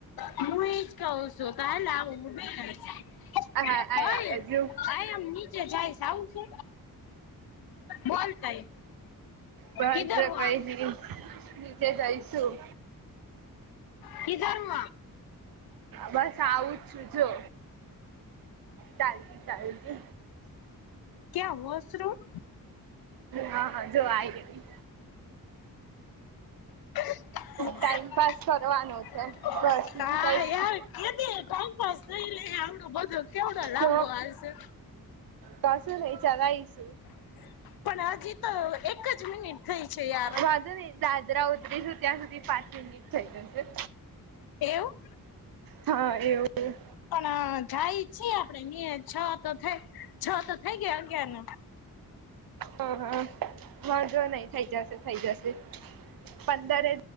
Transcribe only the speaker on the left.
હું એજ કઉ છું હાલ <unintelligible> હએ
આય
આમની જાય છે આવું છે, બોલ તઈ
કિધર હો
આપ?
કીધરમ
ક્યાં હોસરું?
<unintelligible>
હા
યાર એટલે જ ને ટાઈમપાસ. નઈ રે આવડો બધો કેવડો લાંબો
હાલશે.
<unintelligible> પણ હજી તો એક જ મિનિટ થઈ છે યાર.
એવું?
પણ જાય છીએ આપડે ન્યા છ તો થઈ છ તો થઈ ગયા અગયારનો.